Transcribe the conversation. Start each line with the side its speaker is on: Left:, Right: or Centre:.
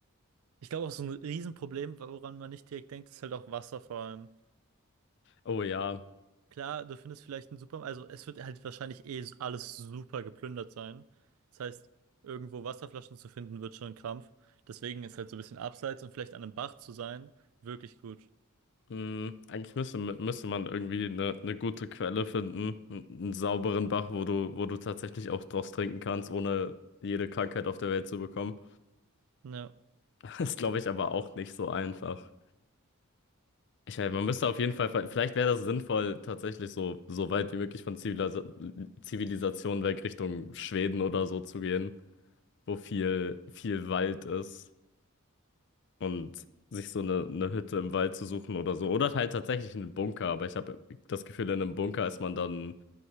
Right: Ich glaube auch so ein Riesenproblem, woran man nicht direkt denkt, ist halt auch Wasser vor allem.
Left: Oh ja,
Right: Klar, du findest vielleicht einen Supermarkt, also es wird halt wahrscheinlich eh alles super geplündert sein. Das heißt, irgendwo Wasserflaschen zu finden, wird schon ein Krampf. Deswegen ist halt so ein bisschen abseits und vielleicht an einem Bach zu sein, wirklich gut.
Left: hm, eigentlich müsste, müsste man irgendwie eine, eine gute Quelle finden, n- einen sauberen Bach, wo du, wo du tatsächlich auch draus trinken kannst, ohne jede Krankheit auf der Welt zu bekommen.
Right: Ja.
Left: <laughs> Das glaube ich aber auch nicht so einfach. Ich meine, man müsste auf jeden Fall, vielleicht wäre das sinnvoll, tatsächlich so, so weit wie möglich von Zivilisa Zivilisation weg Richtung Schweden oder so zu gehen, wo viel, viel Wald ist und sich so eine, eine Hütte im Wald zu suchen oder so. Oder halt tatsächlich einen Bunker, aber ich habe das Gefühl, in einem Bunker ist man dann